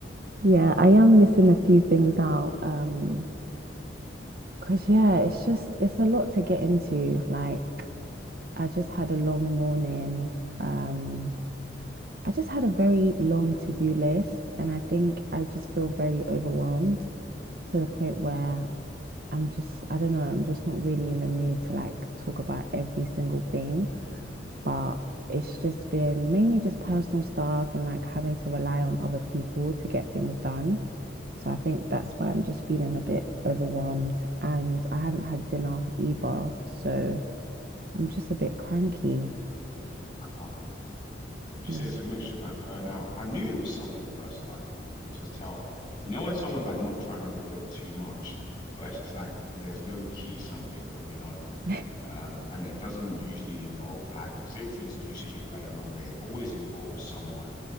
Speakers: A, on the right (about 50°); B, on the left (about 20°).
A: Yeah, I am missing a few things out. Um, 'cause yeah, it's just it's a lot to get into. Like I just had a long morning. Um, I just had a very long to-do list and I think I just feel very overwhelmed to the point where I'm just I don't know, I'm just not really in the mood to like talk about every single thing.
B: Mhm.
A: but it's just been mainly just personal stuff and like having to rely on other people to get things done. So I think that's why I'm just feeling a bit overwhelmed and I haven't had dinner either. So I'm just a bit cranky.
B: Um, would you
A: Yeah.
B: say it's a mixture of like burnout? I knew it was something personal. I could just tell. You know, when someone's like not trying to reveal too much, but it's just like there's low key something going on.
A: <laughs>
B: Um, and it doesn't usually involve like, say for instance, you say you've had a long day, it always involves someone.